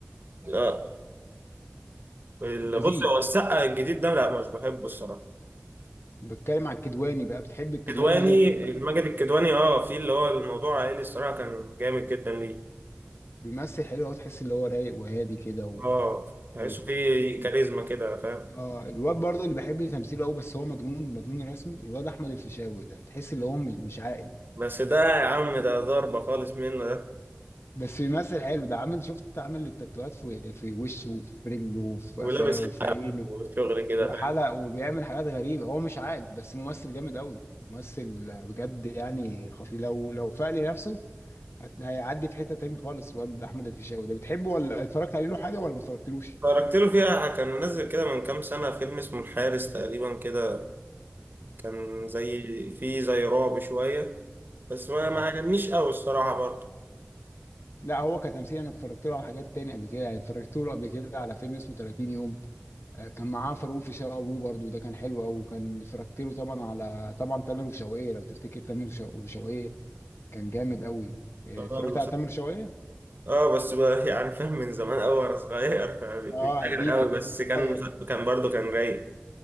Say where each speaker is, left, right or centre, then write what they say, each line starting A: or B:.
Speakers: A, on the right; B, on the left.
A: لا ال-
B: لذيذ
A: بص هو السقا الجديد ده لا مش بحبه الصراحه
B: بتكلم على الكدواني بقى بتحب الكدواني
A: كدواني
B: ماجد الكدواني
A: ماجد الكدواني اه في اللي هو الموضوع عائلي الصراحه كان جامد جدا ليه
B: بيمثل حلو قوي تحس اللي هو رايق وهادي كده و...
A: اه
B: <laughs>
A: تحسه
B: ال-
A: فيه
B: ال-
A: كاريزما كده فاهم
B: اه الواد برضه اللي بحب تمثيله قوي بس هو مجنون مجنون رسمي الواد احمد الفيشاوي ده تحس اللي هو مش مش عاقل
A: بس ده يا عم ده ضربه خالص منه ده
B: بس بيمثل حلو ده عامل شفت عامل التاتوهات في في وشه وفي رجله وفي
A: ولابس
B: قفاه وفي
A: حق
B: عينه
A: وشغل كده
B: وحلق
A: فاهم
B: وبيعمل حاجات غريبة هو مش عاقل بس ممثل جامد قوي ممثل بجد يعني خطير لو لو فاق لنفسه هت- هيعدي في حتة تاني خالص الواد احمد الفيشاوي ده بتحبه ولا اتفرجت عليه له حاجة ولا ما اتفرجتلوش؟
A: اتفرجت له فيها كان منزل كده من كام سنه فيلم اسمه الحارس تقريبا كده كان زي فيه زي رعب شويه بس ما ما
B: اه
A: عجبنيش قوي الصراحه برضه
B: لا هو كتمثيل انا اتفرجت له على حاجات تانية قبل كده يعني اتفرجت له قبل كده على فيلم اسمه 30 يوم آه، كان معاه فاروق في شقه ابوه برضه ده كان حلو قوي وكان اتفرجت له طبعا على طبعا تامر وشوقية لو تفتكر تامر وش- وشوقية كان جامد قوي آه،
A: اه
B: اتفرجت
A: بس
B: على تامر وشوقية
A: آه، بس بقى يعني فاهم من زمان قوي وانا صغير فمش
B: اه
A: فاكر
B: قديمه
A: قوي
B: كنت
A: بس
B: صغير
A: كان كان برضه كان رايق